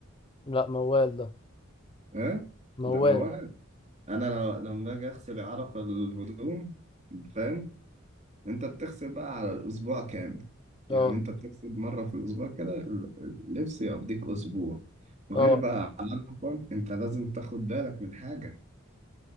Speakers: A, on the left (about 25°); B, on the right (about 35°).
A: لا موال ده
B: ها
A: موال
B: ده موال أنا لو- لما أجي أغسل عرف الهدوم فاهم أنت بتغسل بقى على الأسبوع كامل يعني
A: اه
B: أنت بتغسل مرة في الأسبوع كده ال- اللبس يقضيك أسبوع وغير
A: اه
B: بقى عرفة أنت لازم تاخد بالك من حاجة